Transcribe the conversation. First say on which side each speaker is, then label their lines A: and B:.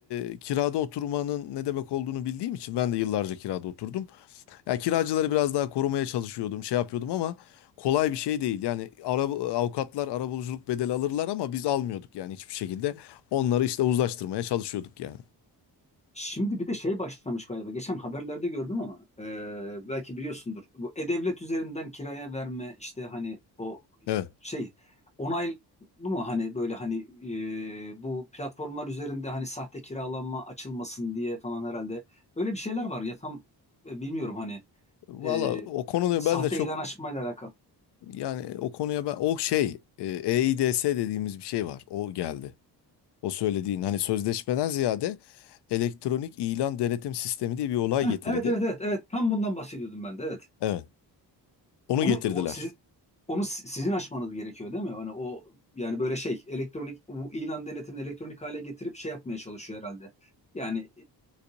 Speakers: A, on the left; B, on the left.
A: e, kirada oturmanın ne demek olduğunu bildiğim için ben de yıllarca kirada oturdum. Yani kiracıları biraz daha korumaya çalışıyordum, şey yapıyordum ama kolay bir şey değil. Yani araba, avukatlar arabuluculuk bedeli alırlar ama biz almıyorduk yani hiçbir şekilde. Onları işte uzlaştırmaya çalışıyorduk yani.
B: Şimdi bir de şey başlamış galiba. Geçen haberlerde gördüm ama e, belki biliyorsundur. Bu e-devlet üzerinden kiraya verme işte hani o
A: Evet.
B: şey onaylı mu hani böyle hani e, bu platformlar üzerinde hani sahte kiralanma açılmasın diye falan herhalde. Öyle bir şeyler var ya tam e, bilmiyorum hani
A: Valla
B: e,
A: o konuda
B: sahte
A: ben de çok
B: ilan açmayla alakalı.
A: yani o konuya ben o şey e, EIDS dediğimiz bir şey var. O geldi. O söylediğin hani sözleşmeden ziyade elektronik ilan denetim sistemi diye bir olay
B: Heh,
A: getirdi.
B: evet evet evet evet tam bundan bahsediyordum ben de evet.
A: Evet. Onu
B: Onu
A: getirdiler.
B: o, siz, onu si- sizin açmanız gerekiyor değil mi? Hani o yani böyle şey elektronik bu ilan denetimini elektronik hale getirip şey yapmaya çalışıyor herhalde. Yani